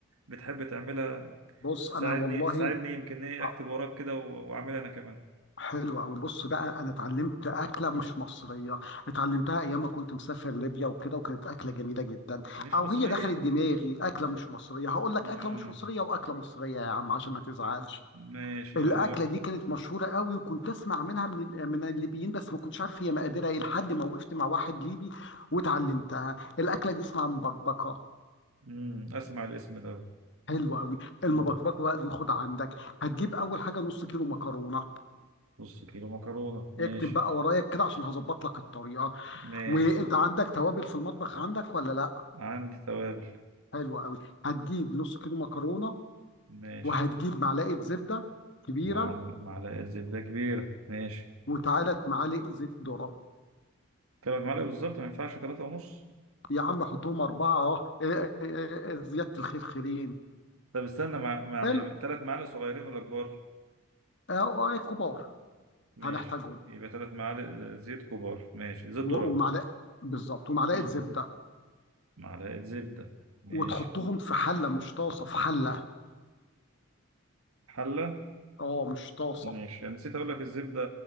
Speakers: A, on the right; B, on the left.
A: بتحب تعملها
B: بص
A: تساعدني
B: انا والله
A: تساعدني يمكن ايه
B: آه،
A: اكتب وراك كده و- واعملها انا كمان
B: حلوة أوي بص بقى أنا اتعلمت أكلة مش مصرية اتعلمتها أيام ما كنت مسافر ليبيا وكده وكانت أكلة جميلة جدا
A: مش
B: أو
A: مصرية
B: هي دخلت دماغي أكلة مش مصرية هقول لك
A: مم.
B: أكلة مش مصرية وأكلة مصرية يا عم عشان ما تزعلش
A: ماشي
B: الاكله
A: يعني لو
B: دي كانت مشهوره قوي وكنت اسمع منها من ال- من الليبيين بس ما كنتش عارف هي مقاديرها ايه لحد ما وقفت مع واحد ليبي واتعلمتها الاكله دي اسمها مبكبكه
A: مم. اسمع الاسم ده
B: حلوه قوي المبكبكه
A: مم.
B: بقى دي خد عندك هتجيب اول حاجه نص كيلو مكرونه
A: نص كيلو مكرونة ماشي
B: اكتب بقى ورايا كده عشان هظبط لك الطريقه
A: ماشي
B: وانت عندك توابل في المطبخ عندك ولا لا
A: عندي توابل
B: حلوه قوي هتجيب نص كيلو مكرونه
A: ماشي
B: وهتجيب معلقه زبده كبيره
A: مع معلقة زبدة كبيرة ماشي
B: وتعالى معالق زيت ذره
A: تلات معالق بالظبط ما ينفعش تلاتة ونص
B: يا عم حطهم أربعة أهو إيه- إيه- إيه- إيه، إيه، زيادة الخير خيرين
A: طب استنى مع مع-
B: حلو
A: يعني تلات معالق صغيرين ولا كبار
B: أهو كبار
A: ماشي
B: هنحتاجهم
A: يبقى ثلاث معالق آه، زيت كبار ماشي زيت
B: و-
A: ذرة
B: ومعلقة بالظبط ومعلقة
A: مم.
B: زبدة
A: معلقة زبدة ماشي
B: وتحطهم في حلة مش طاسة في حلة
A: حلة
B: اه مش طاسة
A: ماشي أنا نسيت أقول لك الزبدة